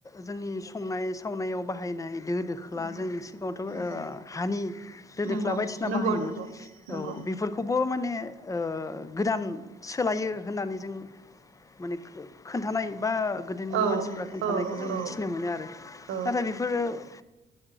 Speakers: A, on the left (about 15°); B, on the right (about 80°).
A: जोंनि संनाय सावनायाव बाहायनाय। दो दोख्ला
B: नंगौ
A: जों सिगाङावथ' ओ
B: नंगौ
A: हानि दो
B: नंगौ
A: दोख्ला बायदिसिना
B: नंगौ
A: बाहायोमोन
B: नंगौ नंगौ
A: औ ब माने ओ गोदान सोलायो होननानै जों माने खो-खोन्थानाय बा गोदोनि
B: औ
A: मानसिफ्रा खोन्थानायखौ
B: औ
A: जों
B: औ
A: मिथिनो मोनो आरो
B: औ
A: नाथाय बेफोरो ओ